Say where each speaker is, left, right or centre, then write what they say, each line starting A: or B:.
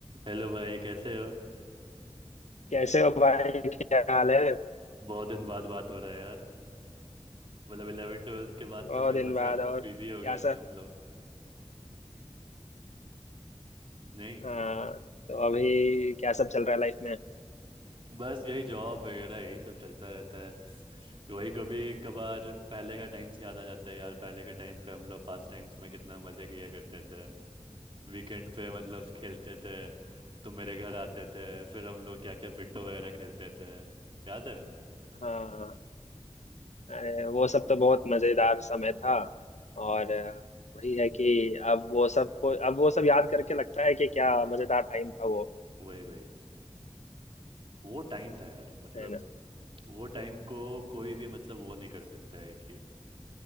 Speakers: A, on the right; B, on the left.
A: Hello भाई कैसे हो
B: कैसे हो भाई क्या हाल है
A: बहुत दिन बाद बात हो रहा है यार मतलब इलेवन ट्वेल्थ के बाद
B: बहुत
A: तो फिर
B: दिन
A: मतलब
B: बाद और
A: बिजी
B: क्या
A: हो गए
B: सब
A: थे हम लोग नहीं
B: हाँ तो अभी क्या सब चल रहा है लाइफ में
A: बस यही जॉब वगैरह यही सब चलता रहता है वही कभी कभार पहले का टाइम्स याद आ जाता है यार पहले के टाइम पे हम लोग पास टाइम्स में कितना मज़े किया करते थे वीकेंड पे मतलब खेलते थे तुम मेरे घर आते थे फिर हम लोग क्या क्या पिट्टो वगैरह खेलते थे याद है
B: हाँ अरे वो सब तो बहुत मजेदार समय था और अ, वही है कि अब वो सब को अब वो सब याद करके लगता है कि क्या मजेदार टाइम था वो
A: वही वही वो टाइम था यार मतलब
B: है ना
A: वो
B: तो,
A: टाइम को कोई भी मतलब वो नहीं कर सकता है कि